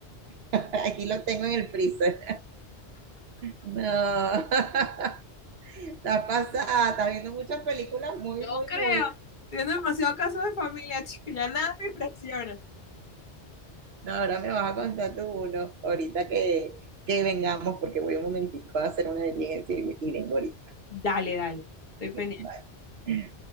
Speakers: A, on the right; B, on the left.
A: <laughs> Aquí lo tengo en el freezer. No, <laughs> estás pasada, estás viendo muchas películas muy,
B: Yo
A: muy,
B: creo.
A: muy.
B: Teniendo demasiado caso de familia, chico, ya nada me impresiona.
A: No, ahora me vas a contar tú uno, ahorita que, que vengamos, porque voy un momentico a hacer una diligencia y, y vengo ahorita.
B: Dale, dale, estoy pendiente.
A: <laughs> Bye.